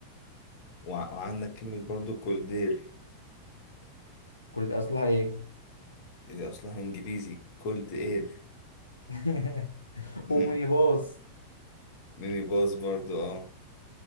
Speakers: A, on the left; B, on the left.
A: وع وعندك كلمه برضو كولدير
B: كل ده اصلها ايه
A: دي اصلها انجليزي كولد اير
B: <laughs>
A: مم.
B: اومنيباص
A: ميني باص برضو اه